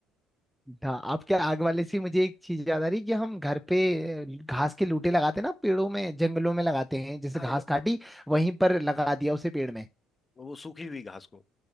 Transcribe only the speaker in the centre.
हाँ आपके आग वाले से मुझे एक चीज याद आ रही कि हम घर पे अ, घास के लूटे लगाते हैं ना पेड़ों में जंगलों में लगाते हैं जैसे
घास
काटी वहीं पर लगा दिया उसे पेड़ में